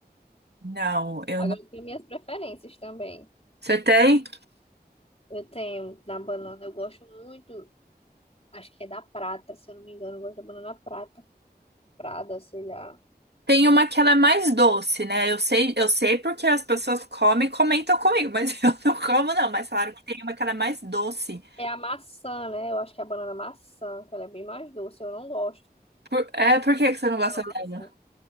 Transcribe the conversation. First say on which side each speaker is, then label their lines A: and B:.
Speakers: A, on the right (about 80°); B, on the left (about 35°).
A: não, eu
B: Agora
A: não.
B: eu tenho minhas preferências também.
A: Você tem?
B: Eu tenho da banana, eu gosto muito, acho que é da prata, se eu não me engano, eu gosto da banana prata, prada, sei lá.
A: Tem uma que ela é mais doce, né? Eu sei, eu sei porque as pessoas comem e comentam comigo, mas <laughs> eu não como, não. Mas falaram que tem uma que ela é mais doce.
B: É a maçã, né? Eu acho que é a banana maçã, que ela é bem mais doce, eu não gosto
A: Por- é, por que que você não gosta
B: da maçã.
A: dela?